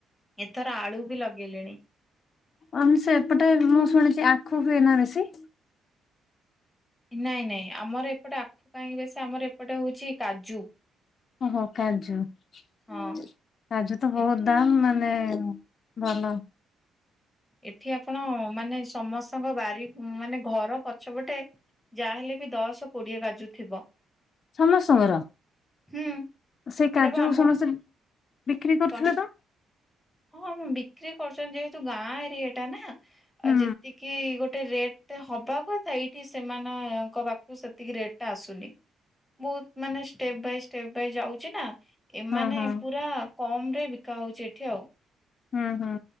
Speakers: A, in the centre; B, on the left (about 50°).
A: ଏଥର ଆଳୁ ବି ଲଗେଇଲେଣି।
B: ଆମ ସେପଟେ ମୁଁ ଶୁଣିଛି ଆଖୁ ହୁଏ ନା ବେଶୀ?
A: ନାଇଁ ନାଇଁ ଆମର ଏପଟେ ଆଖୁ କାହିଁକି ବେଶି ଆମର ଏପଟେ ହଉଛି କାଜୁ
B: ଓହୋ କାଜୁ
A: ହଁ
B: କାଜୁ ତ ବହୁତ
A: ଏ
B: ଦାମ ମାନେ ଭଲ।
A: ଏଠି ଆପଣ ମାନେ ସମସ୍ତଙ୍କ ବାରି ମାନେ ଘର ପଛପଟେ ଯାହାହେଲେ ବି ଦଶ, କୋଡିଏ କାଜୁ ଥିବ।
B: ସମସ୍ତଙ୍କର
A: ହୁଁ
B: ସେଇ
A: ଏଇଟା
B: କାଜୁ
A: ବା ଆମ
B: ସମସ୍ତେ ବିକ୍ରି କରୁଥିବେ
A: କଣ
B: ତ?
A: ହଁ ମୁଁ ବିକ୍ରି କରୁଛନ୍ତି ଯେହେତୁ ଗାଁ ଏରିଆ ଟା ନା ଆଉ
B: ହୁଁ
A: ଯେତିକି ଗୋଟ ଗୋଟେ ରେଟେ ହବା କଥା ଏଇଠି ସେମାନଙ୍କ ପାଖକୁ ସେତିକି ରେଟେ ଟା ଆସୁନି। ବହୁତ ମାନେ ଷ୍ଟେପ ବାଇ ଷ୍ଟେପ ବାଇ ଯାଉଛି ନା। ଏମାନେେ
B: ହଁ ହଁ
A: ପୁରା କମରେ ବିକା ହଉଚି ଏଠି ଆଉ।
B: ହୁଁ ହୁଁ